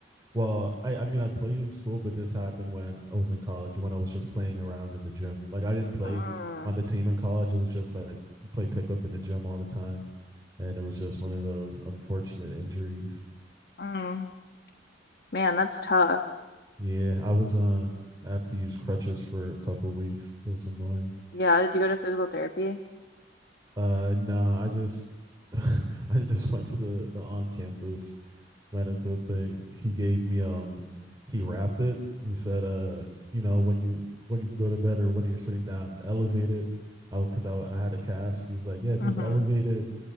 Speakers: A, on the right; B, on the left.
A: Well, I, I mean, I played in school, but this happened when I was in college, when I was just playing around in the gym. Like, I didn't play
B: Mm,
A: on the team in college. It was just like play pickup in the gym all the time. And it was just one of those unfortunate injuries
B: mm, man, that's tough.
A: Yeah, I was uh I had to use crutches for a couple of weeks. It was annoying.
B: Yeah, did you go to physical therapy?
A: Uh nah, I just <laughs> I just went to the the on campus medical thing. He gave me um he wrapped it. He said uh you know when you when you go to bed or when you're sitting down, elevate it. I because I I had a cast. He was like, yeah, just
B: Mm-hmm.
A: elevate it,